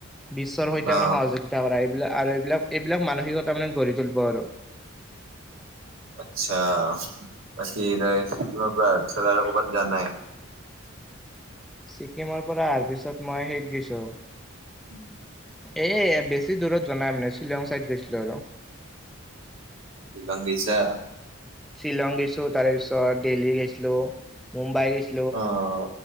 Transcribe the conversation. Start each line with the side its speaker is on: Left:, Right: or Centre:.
Centre: বিশ্বৰ সৈতে
Right: অ
Centre: মানে সহযোগিতা কৰা এইবিলাক আৰু এইবিলাক এইবিলাক মানসিকতা মানে গঢ়ি তুলিব আৰু
Right: আচ্ছা বাকি ৰাইজ চিকিমৰ পৰা আহিছা আৰু ক'ৰবাত জৱা নাই
Centre: ছিকিমৰ পৰা অহাৰ পিছত মই সেইত গেছো
Right: উম
Centre: এ বেছি দূৰত যোৱা নাই মানে শ্বিলং চাইদ গৈছিলো আৰু
Right: শ্বিলং গৈছা?
Centre: শ্বিলং গৈছো তাৰ পিছত দেল্হী গৈছিলো মুম্বাই গৈছ
Right: অ